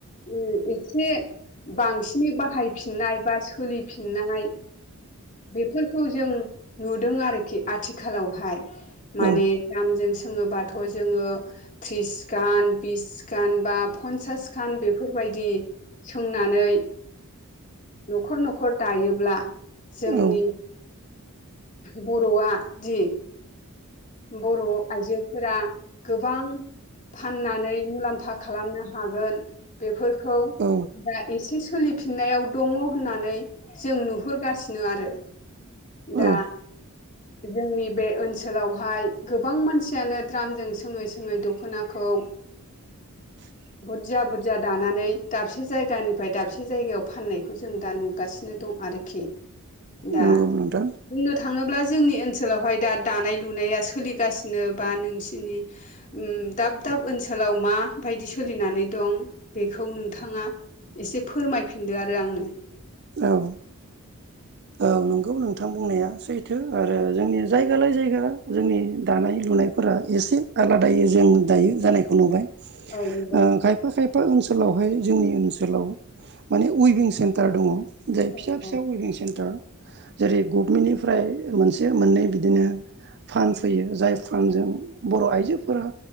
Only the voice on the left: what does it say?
उम। एसे बांसिनै बाहायफिननाय बा सोलिफिननाय बेफोरखौ जों नुदों आरोखि आथिखालावहाय।
माने दामजों सोङोबाथ' जोङो थ्रिसखान बिसखान बा पन्सासखान बेफोरबायदि सोंनानै न'खर न'खर दायोब्ला जोंनि
बर'आ दि बर' आइजोफोरा गोबां फाननानै मुलाम्फा खालामनो हागोन बेफोरखौ
दा एसे सोलिफिननायाव दङ होननानै जों नुहुरगासिनो आरो। दा
जोंनि बे ओनसोलाव हाय गोबां मानसियानो द्रामजों सोङै सोङै दख'नाखौ
बुरजा बुरजाया दानानै दाबसे जायगानिफ्राय दाबसे जायगायाव फाननायखौ जों दा नुगासि। दं आरोखि दा
बुंनो थाङोब्ला जोंनि ओनसोलावहाय दा दानाय लुनाया सोलिगासिनो बा नोंसिनि उम दाब दाब ओनसोलाव मा बायदि सोलिनानै दं बेखौ नोंथाङा एसे फोरमायफिनदो आरो आंनो।
औ नुबाय
औ
औ